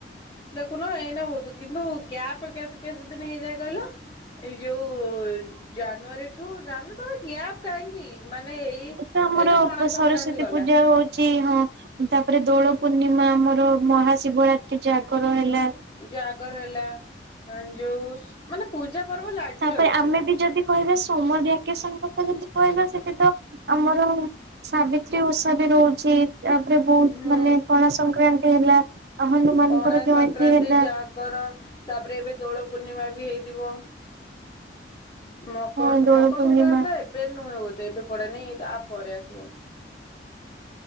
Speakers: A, on the left; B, on the right.
A: ଦେଖୁନ ଏଇନ ହଉୁ କିନ୍ତୁ ଗ୍ୟାପ କେଦ କେଦ ଦିନ ହେଇଯାଏ କଇଲ। ଏଇ ଯୋଉ ଜାନୁଆରୀଠୁ ଜାନନ ତ ଗ୍ୟାପ କାହିଁକି? ମାନେ ଏଇ
B: ଏ ତ ଆମର
A: ଏଇ ପଣା
B: ସରସ୍ଵତୀ
A: ସଂକ୍ରାନ୍ତି ଗଲା
B: ପୂଜା ହଉଛି ହଁ। ତାପରେ ଦୋଳ ପୂର୍ଣ୍ଣିମା ଆମର ମହାଶିବରାତ୍ରି ଜାଗର ହେଲା।
A: ଜାଗର ହେଲା ଯୋଉ ମାନେ ପୂଜା ପର୍ବ ଲାଗି
B: ତାପରେ
A: ରହିଛି
B: ଆମେ ବି ଯଦି କହିବା ସମର ଭ୍ୟାକେସନ କଥା ଯଦି କହିବା ସେଠି ତ ଆମର ସାବିତ୍ରୀ ଉଷା ବି ରହୁଛି। ତାପରେ ବହୁତ
A: ହୁଁ
B: ମାନେ ପଣା ସଂକ୍ରାନ୍ତି ହେଲା। ହନୁମାନଙ୍କର
A: ପଣା
B: ଜୟନ୍ତୀ
A: ସଂକ୍ରାନ୍ତି
B: ହେଲା
A: ଜାଗର ତାପରେ ଏବେ ଦୋଳ ପୂର୍ଣ୍ଣିମା ବି ହେଇଥିବ। ମକର
B: ହଁ ଦୋଳ
A: ମକର
B: ପୂର୍ଣ୍ଣିମା
A: ସଂକ୍ରାନ୍ତିରେ ଏବେ ନୁହେଁ ବୋଧେ ଏବେ ପଡେନି ଆ ପରେ ଆସିବ।